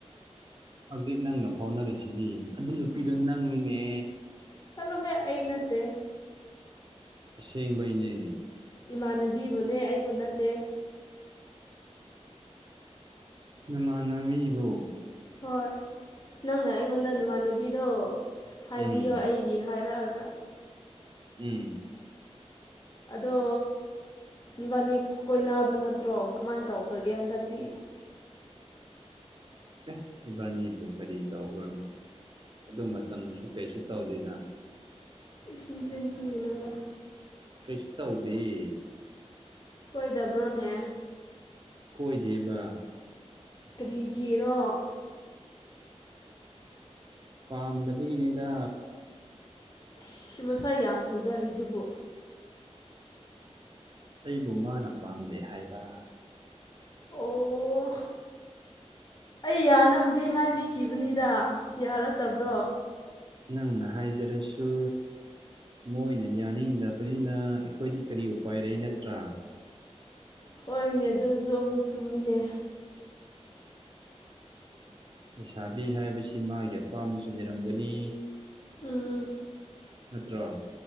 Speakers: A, on the right; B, on the left.
A: ꯍꯧꯖꯤꯛ ꯅꯪꯒ ꯐꯥꯎꯅꯔꯤꯁꯤꯗꯤ ꯑꯗꯨ ꯅꯨꯄꯤꯗꯣ ꯅꯪꯅꯤꯅꯦ
B: ꯆꯠꯂꯣꯍꯦ ꯑꯩ ꯅꯠꯇꯦ
A: ꯑꯁꯦꯡꯕꯩꯅꯦ
B: ꯏꯃꯥꯟꯅꯕꯤꯕꯨꯅꯦ ꯑꯩꯕꯨ ꯅꯠꯇꯦ
A: ꯅꯃꯥꯟꯅꯕꯤꯕꯨ
B: ꯍꯣꯏ ꯅꯪꯅ ꯑꯩꯉꯣꯟꯗ ꯅꯃꯥꯟꯅꯕꯤꯗꯣ ꯍꯥꯏꯕꯤꯌꯣ
A: ꯎꯝ
B: ꯑꯩꯒꯤ ꯍꯥꯏꯔꯛꯑꯒ
A: ꯎꯝ
B: ꯑꯗꯣ ꯅꯕꯥꯅꯤ ꯀꯣꯏꯅꯕ ꯅꯠꯇ꯭ꯔꯣ ꯀꯃꯥꯏ ꯇꯧꯈ꯭ꯔꯒꯦ ꯍꯟꯗꯛꯇꯤ
A: ꯑꯦ ꯏꯕꯥꯅꯤꯕꯨ ꯀꯔꯤ ꯇꯧꯕ꯭ꯔꯣꯅꯦ ꯑꯗꯨ ꯃꯇꯝꯗꯁꯨ ꯀꯩꯁꯨ ꯇꯧꯗꯦꯅ
B: ꯏꯁ ꯅꯆꯤꯟ ꯊꯤꯒꯅꯨꯗ
A: ꯀꯩꯁꯨ ꯇꯧꯗꯦꯌꯦ
B: ꯀꯣꯏꯗꯕ꯭ꯔꯣꯅꯦ
A: ꯀꯣꯏꯗꯦꯕ
B: ꯀꯔꯤꯒꯤꯅꯣ
A: ꯄꯥꯝꯗꯕꯒꯤꯅꯤꯗ
B: ꯏꯁ ꯃꯁꯛ ꯌꯥꯝ ꯐꯖꯔꯤꯗꯨꯕꯨ
A: ꯑꯩꯕꯨ ꯃꯥꯅ ꯄꯥꯝꯗꯦ ꯍꯥꯏꯕ
B: ꯑꯣ ꯑꯩ ꯌꯥꯅꯕꯗꯤ ꯍꯥꯏꯕꯤꯈꯤꯕꯅꯤꯗ ꯌꯥꯔꯛꯇꯕ꯭ꯔꯣ
A: ꯅꯪꯅ ꯍꯥꯏꯖꯔꯁꯨ ꯃꯣꯏꯅ ꯌꯥꯅꯤꯡꯗꯕꯅꯤꯅ ꯑꯩꯈꯣꯏꯗꯤ ꯀꯔꯤ ꯎꯄꯥꯏꯂꯩ ꯅꯠꯇ꯭ꯔꯥ
B: ꯍꯣꯏꯅꯦ ꯑꯗꯨꯁꯨ ꯑꯃꯨꯛ ꯆꯨꯝꯃꯤꯅꯦ
A: ꯂꯩꯁꯥꯕꯤ ꯍꯥꯏꯕꯁꯤ ꯃꯥꯒꯤ ꯑꯄꯥꯝꯕꯁꯨ ꯂꯩꯔꯝꯒꯅꯤ
B: ꯎꯝ
A: ꯅꯠꯇ꯭ꯔꯣ